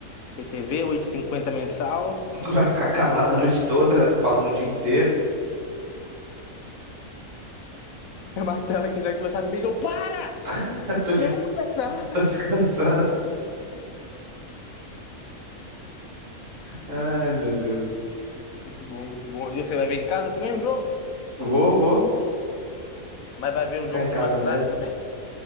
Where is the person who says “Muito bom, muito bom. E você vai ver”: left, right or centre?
Left